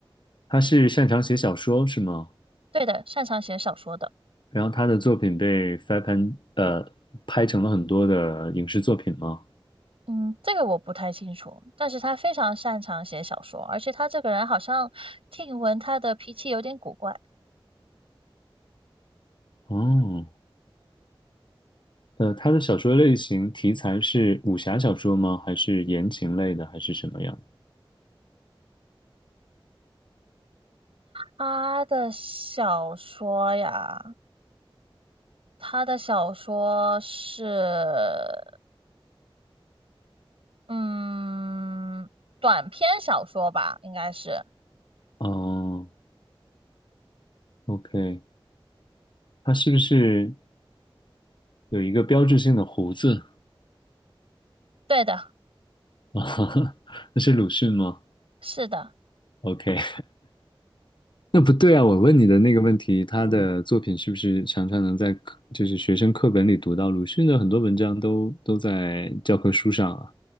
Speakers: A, on the left; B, on the right.
A: 他是擅长写小说是吗？
B: 对的，擅长写小说的。
A: 然后他的作品被翻拍呃拍成了很多的影视作品吗？
B: 嗯，这个我不太清楚，但是他非常擅长写小说，而且他这个人好像听闻他的脾气有点古怪。
A: 哦，呃，他的小说类型题材是武侠小说吗？还是言情类的，还是什么样的？
B: 他的小说呀，他的小说是，嗯，短篇小说吧，应该是。
A: 哦，OK，他是不是有一个标志性的胡子？
B: 对的，
A: 啊，<laughs> 那是鲁迅吗
B: 是的。
A: ？OK。那不对啊！我问你的那个问题，他的作品是不是常常能在课就是学生课本里读到？鲁迅的很多文章都都在教科书上啊。